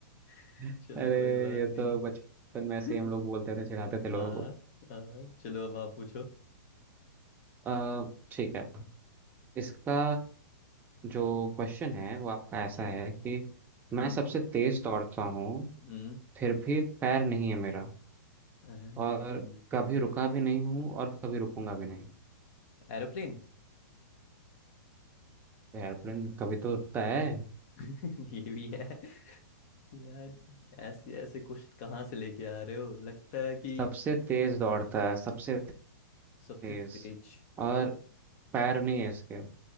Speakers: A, on the left; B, on the right.
A: <laughs>
B: अरे
A: चलो कोई बात
B: ये तो
A: नहीं
B: बचपन में ऐसे
A: <laughs>
B: ही हम लोग बोलते थे चिढ़ाते थे लोगों
A: हाँ
B: को
A: हाँ चलो अब आप पूछो
B: अ, ठीक है इसका जो
A: हम्म
B: क्वेश्चन है वो आपका ऐसा
A: हम्म
B: है कि मैं
A: हम्म
B: सबसे तेज दौड़ता हूँ
A: हम्म,
B: फिर भी पैर नहीं है मेरा
A: अ,
B: और
A: हम्म,
B: कभी रुका भी नहीं हूँ और कभी रुकूंगा भी नहीं
A: एरोप्लेन
B: एयरप्लेन कभी तो रुकता है
A: <laughs> ये भी है यार ऐसे ऐसे क्वेश्चन कहाँ से लेके आ रहे हो लगता है कि
B: सबसे तेज दौड़ता है सबसे तेज
A: सबसे तेज
B: और पैर नहीं है इसके